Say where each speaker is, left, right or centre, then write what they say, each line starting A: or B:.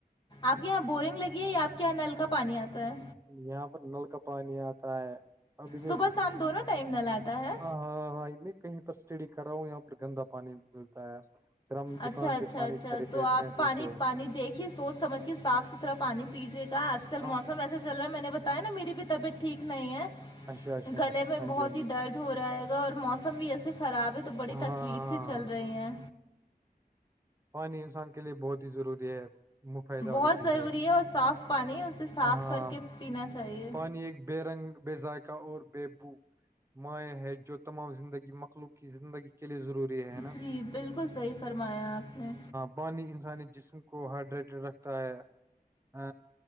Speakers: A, on the left; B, on the right.
A: آپ کے یہاں بورنگ لگی ہے یا آپ کے یہاں نل کا پانی آتا ہے
B: یہاں پر نل کا پانی آتا ہے ا ہ
A: صبح شام دونوں ٹائم نل آتا ہے
B: ہاں ہاں کہیں پر اسٹڑی کرا ہو یہاں پر گندا پانی ملتا ہے پھر ہم دکان
A: اچھا اچھا
B: سے پانی
A: اچھا
B: خریدتے
A: تو آپ
B: پیسوں
A: پانی
B: سے
A: پانی دیکھ یہ سوچ سمجھ کے صاف ستھرا پانی پی رہے گا آج کل
B: ہاں
A: موسم ایسا چل رہا ہے میں نے بتایا نا میری بھی طبیعت ٹھیک نہیں ہے
B: اچھا اچھا
A: گلے
B: ہاں
A: میں بہت
B: جی ہاں
A: ہی
B: جی
A: درد ہو رہا ہے گا اور موسم بھی ایسے خراب ہے تو بڑی
B: ہاں
A: تری
B: ہاں
A: تکلیف
B: ہاں
A: سےی چل رہی ہیں
B: پانی انسان کے لیے بہت ہی ضروری ہے مفائدہ
A: بہت
B: والی چیز
A: ضروری ہے اور صاف پانی ہے اسے صاف
B: ہاں
A: کر کے پینا چاہیے
B: پانی ایک بے رنگ بے ذائقہ اور بے بو مائع ہے جو تمام زندگی مخلوق کی زندگی کے لیے ضروری ہے نا
A: جی بالکل صحیح فرمایا آپ نے
B: بانی انسانی جسم کو ہائڈریٹڈ رکھتا ہے ا